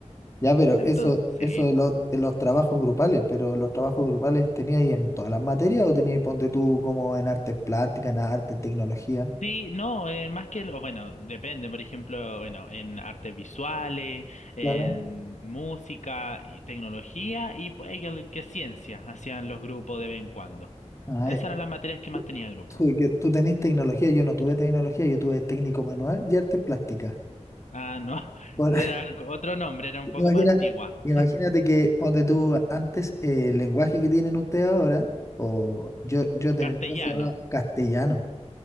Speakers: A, on the left; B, on the left.
A: Ya, pero
B: Entonces,
A: eso,
B: sí.
A: eso de los, de los trabajos grupales, pero los trabajos grupales tenías ahí en todas las materias o tenías, ponte tú, como en artes plásticas, en arte, tecnología?
B: Sí, no, eh, más que lo, bueno, depende, por ejemplo, bueno, en artes visuales, en
A: Claro.
B: música y tecnología y puede que, que ciencia hacían los grupos de vez en cuando.
A: Ah,
B: Esas
A: ya.
B: eran las materias que más
A: Tú,
B: tenía grupo.
A: tú que- tú tenés tecnología, yo no tuve tecnología, yo tuve técnico manual y artes plásticas.
B: Ah, no, <laughs>
A: Por,
B: era otro nombre, era un poco
A: Imagina-
B: más antigua.
A: imagínate que, ponte tú, antes eh, el lenguaje que tienen ustedes ahora, o yo, yo tenía
B: Castellano.
A: el mío se llamaba castellano,